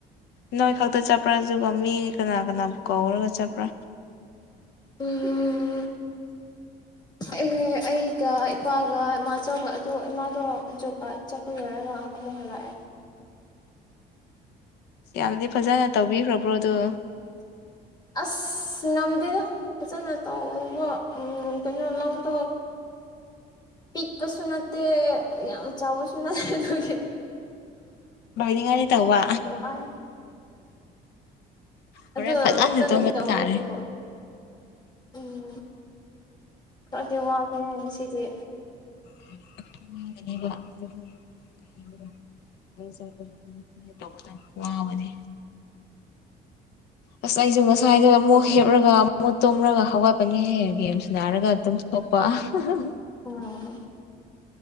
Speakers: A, on the left (about 80°); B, on the left (about 25°).
A: ꯅꯣꯏ ꯈꯛꯇ ꯆꯠꯄ꯭ꯔꯥ ꯑꯖꯨꯒ ꯃꯤ ꯀꯅꯥ ꯀꯅꯥꯕꯨ ꯀꯧꯔꯒ ꯆꯠꯄ꯭ꯔꯥ
B: ꯎꯝ ꯎꯝ ꯑꯦ ꯑꯦ ꯑꯩꯒ ꯏꯄꯥꯒ ꯃꯥꯆꯧꯒ ꯑꯗꯣ ꯏꯃꯥꯗꯣ ꯖꯣꯕ ꯀꯥꯔꯗ ꯆꯠꯄ ꯂꯣꯏꯔꯒ ꯑꯃꯨꯛ ꯍꯜꯂꯛꯑꯦ
A: ꯌꯥꯝꯗꯤ ꯐꯖꯅ ꯇꯧꯕꯤꯈ꯭ꯔꯕ꯭ꯔꯣ ꯑꯗꯨ
B: ꯑꯁ ꯉꯝꯗꯦꯗ ꯐꯖꯅ ꯇꯧꯕ ꯎꯝ ꯀꯩꯅꯣ ꯂꯧꯗꯣ ꯄꯤꯛꯄꯁꯨ ꯅꯠꯇꯦ ꯌꯥꯝ ꯆꯥꯎꯕꯁꯨ ꯅꯠꯇꯦ ꯑꯗꯨꯒꯤ
A: ꯕꯥꯏꯅꯤꯡꯗꯤ ꯇꯧꯕ
B: ꯋꯥꯏ
A: ꯍꯣꯔꯦꯟ
B: ꯑꯗꯣ
A: ꯐꯖꯅ
B: ꯐꯖꯅꯗꯤ
A: ꯇꯨꯝꯕ
B: ꯇꯧꯕꯅꯤ
A: ꯇꯥꯔꯦ
B: ꯑꯗꯨ ꯎꯝ ꯈꯔꯗꯤ ꯋꯥꯈ꯭ꯔꯦ ꯉꯁꯤꯗꯤ
A: <unintelligible> ꯃꯩꯆꯠꯄꯅꯤ ꯇꯧꯕꯇꯅꯤ ꯋꯥꯉꯥꯡꯕꯗꯤ ꯑꯁ ꯑꯩꯖꯨ ꯉꯁꯥꯏꯗꯨ ꯑꯃꯨꯛ ꯍꯤꯞꯔꯒ ꯑꯃꯨꯛ ꯇꯨꯔꯒ ꯍꯧꯒꯠꯄꯅꯤꯍꯦ ꯒꯦꯝ ꯁꯟꯅꯔꯒ ꯑꯗꯨꯝ ꯊꯣꯛꯄꯥ ꯑꯍꯥ ꯍꯥ
B: ꯑꯣ